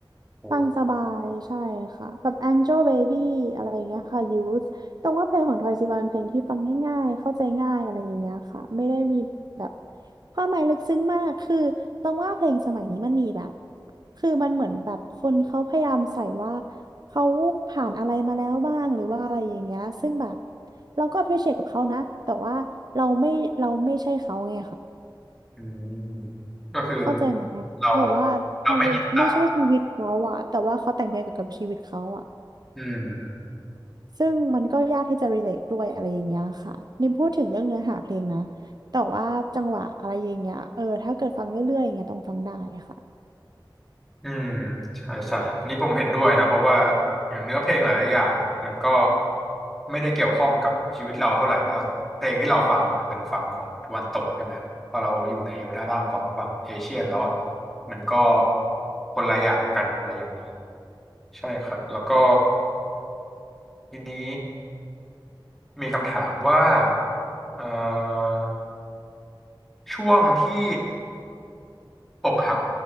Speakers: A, in the centre; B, on the right.
A: โห
B: ฟังสบายใช่ค่ะแบบ Angel Baby อะไรอย่างเงี้ยค่ะ Youth ตรงว่าเพลงของทอยซิบเป็นเพลงที่ฟังง่ายๆเข้าใจง่ายอะไรอย่างเงี้ยค่ะไม่ได้มีแบบความหมายลึกซึ้งมากคือตรงว่าเพลงสมัยนี้มันมีแบบคือมันเหมือนแบบคนเขาพยายามใส่ว่าเขาผ่านอะไรมาแล้วบ้างหรือว่าอะไรอย่างเงี้ยซึ่งแบบเราก็ appreciate กับเขานะแต่ว่าเราไม่เราไม่ใช่เขาไง
A: อืมก็คือ
B: เข้าใจไหม
A: เรา
B: แบบว่าเราไม่ใช่ชีวิตเขาอะแต่ว่าเขาแต่งเพลงเกี่ยวกับชีวิตเขาอะ
A: เราไม่อินตามอืม
B: ซึ่งมันก็ยากที่จะ relate ด้วยอะไรอย่างเงี้ยค่ะนี่พูดถึงเรื่องเนื้อหาเพลงนะแต่ว่าจังหวะอะไรอย่างเงี้ยเออถ้าเกิดฟังเรื่อยๆอย่างเงี้ยต้องฟังได้ค่ะ
A: อืมใช่ใช่อันนี้ผมเห็นด้วยนะเพราะว่าอย่างเนื้อเพลงหลายๆอย่างอะมันก็ไม่ได้เกี่ยวข้องกับชีวิตเราเท่าไหร่แล้วเพลงที่เราฟังอะมันเป็นฝั่งของตะวันตกใช่ไหมพอเราอยู่ในวัฒนธรรมของฝั่งเอเชียนแล้วอ่ะมันก็คนละอย่างกันอะไรอย่างนี้ ใช่ครับแล้วก็ทีนี้มีคำถามว่าเอ่อช่วงที่อกหัก